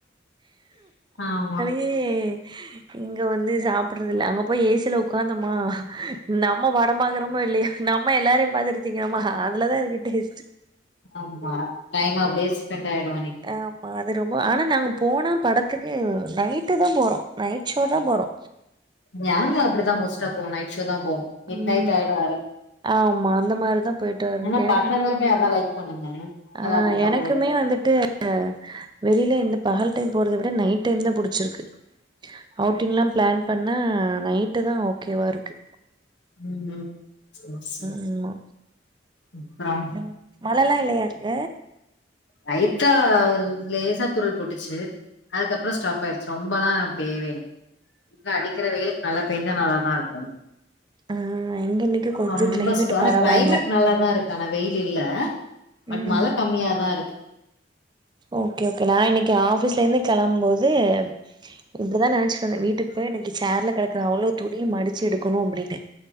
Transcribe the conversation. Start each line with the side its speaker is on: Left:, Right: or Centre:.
Left: ஆமா
Right: ம் இங்க வந்து சாப்பிட்றது இல்ல அங்க போய் ஏ சி ல உக்காந்தமா நம்ம வடமாகுறமோ இல்லையோ நம்ம எல்லாரையு பாத்துட்டு திங்கிறமா அதுலதா இருக்கு டேஸ்ட்டு
Left: ஆமா டைம் அப்டியே ஸ்பெண்ட் ஆயிரு அன்னைக்கி
Right: ஆமா அது ரொம்ப ஆனா நாங்க போனா படத்துக்கு நைட்டு தா போறோ நைட் ஷோ தா போறோ
Left: நாங்களு அப்டிதா மோஸ்ட்டா போவோ நைட் ஷோ தா போவோ மிட்
Right: ம்
Left: நைட் ஆயிடு
Right: ஆமா அந்த மாரிதா போயிட்டு வர்றது
Left: முன்ன
Right: எனக்கு
Left: பசங்களுமே அதா லைக் பண்ணுங்க அதனால
Right: ஆ
Left: அப்டிதா
Right: எனக்குமே
Left: போறது
Right: வந்துட்டு அ வெளில இந்த பகல் டைம் போறத விட நைட் டைம் தா புடிச்சிருக்கு அவுட்டிங்லா பிளான் பண்ணா நைட்டு தா ஓகேவா இருக்கு
Left: ம் ம் சேரி சேரி
Right: ம்மா
Left: அப்புறோ
Right: ம் மழல்லா இல்லையா அங்க
Left: லைட்டா லேசா தூரள் போட்டுச்சு அதுக்கப்புறோ ஸ்டாப் ஆயிடுச்சு ரொம்பல்லா பேய்யவில்ல இங்க அடிக்கிற வெயிலுக்கு நல்லா பெய்ந்தா நல்லா தா இருக்கு
Right: ஆ இங்க இன்னைக்கு கொஞ்சோ
Left: அ ரொம்ப
Right: கிளைமேட்
Left: <unintelligible>
Right: பரவால்ல
Left: கிளைமேட் நல்லாதா இருக் கான வெயில் இல்ல பட்
Right: ம்
Left: மழ கம்மியா தா இருக்கு
Right: ஓகே ஓகே நா இன்னைக்கு ஆஃபீஸ்ல இருந்து கெளம் போது இப்படிதா நெனைச்சுட்டுந்த வீட்டுக்கு போய் இனைக்கு சேர்ல கெடக்கற அவ்ளோ துணி மடிச்சு எடுணு அப்டின்னு